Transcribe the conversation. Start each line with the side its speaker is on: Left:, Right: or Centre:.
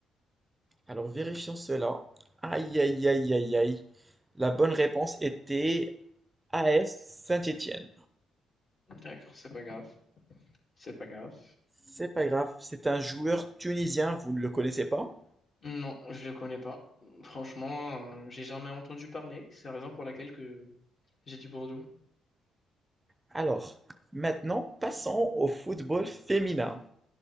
Right: Alors vérifions cela. Aïe, aïe, aïe, aïe, aïe. La bonne réponse était AS Saint-Étienne.
Left: D'accord, c'est pas grave. C'est pas grave.
Right: C'est pas grave, c'est un joueur tunisien, vous ne le connaissez pas.
Left: Non, je le connais pas. Franchement, euh, j'ai jamais entendu parler. C'est la raison pour laquelle que j'ai dit Bordeaux.
Right: Alors, maintenant, passons au football féminin.